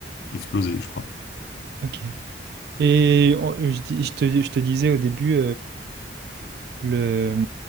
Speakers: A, on the left (about 60°); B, on the right (about 60°).
A: explosé, je crois.
B: Ok. Et on- je, dis- je te, je te disais au début le,